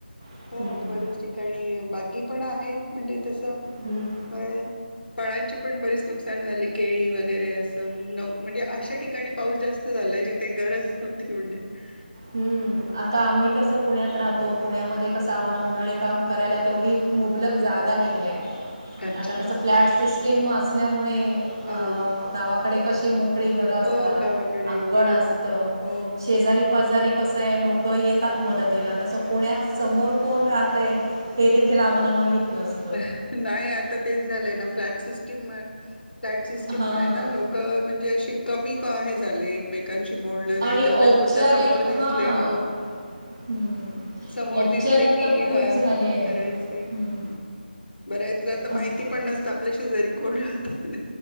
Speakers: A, on the right; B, on the left.
A: हम्म.
B: हो बरच ठिकाणी बाकी पण आहेत म्हणजे तसं
A: हम्म
B: बर फळांची पण बरीच नुकसान झाली. केळी वगैरे असं न म्हणजे अशा ठिकाणी पाऊस जास्त झाला जिथे गरज नव्हती <unintelligible>
A: हम्म आता आम्ही कसं पुण्यात राहतो पुण्यामध्ये कसं आम्हाला उन्हाळी काम करायला तेवढी मुबलक जागा नाही आहे.
B: अच्छा
A: आता कस फ्लॅट सिस्टीम असल्यामुळे
B: हं,
A: अ गावाकडे कशी मोक मोकळी घरं असतात
B: हो गावाकडे
A: अंगण
B: बरंच
A: असतं
B: हो, हो, हो.
A: शेजारी पाजारी कसं आहे लोक लोक येतात मदतीला तसं पुण्यात समोर कोण राहतय हे देखील आम्हाला माहित नस
B: नाही आता तेच झालंय ना फ्लॅट सिस्टीम फ्लॅट सिस्टीममुळे
A: हां
B: ना लोक क म्हणजे असे कमी का हे झाले. एकमेकांशी बोलण नाही
A: आणि
B: तेवढ्यापुरत
A: औपचारिक
B: समोर दिसले
A: हां
B: हो
A: हं.
B: समोर
A: औपचारिकता
B: दिसले कि
A: खूप
B: हा
A: झाली
B: ह
A: आहे
B: करायचे.
A: हं.
B: बऱ्याचदा तर
A: असं
B: माहिती पण नसतं आपल्या शेजारी कोण राहतय.